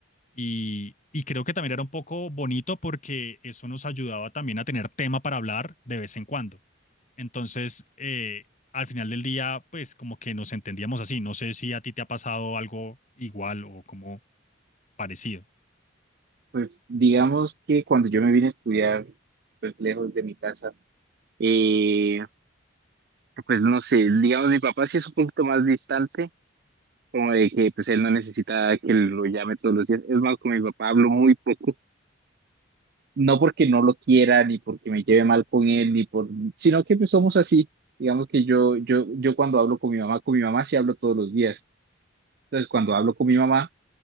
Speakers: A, on the left; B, on the right.
A: Y, y creo que también era un poco bonito porque eso nos ayudaba también a tener tema para hablar de vez en cuando. Entonces, eh, al final del día, pues como que nos entendíamos así. No sé si a ti te ha pasado algo igual o como parecido.
B: Pues digamos que cuando yo me vine a estudiar, pues lejos de mi casa, eh, pues no sé, digamos, mi papá sí es un poquito más distante. como de que pues él no necesita que lo llame todos los días. Es más, con mi papá hablo muy poco, no porque no lo quiera, ni porque me lleve mal con él, ni por, sino que pues somos así. Digamos que yo, yo, yo cuando hablo con mi mamá, con mi mamá sí hablo todos los días. Entonces, cuando hablo con mi mamá,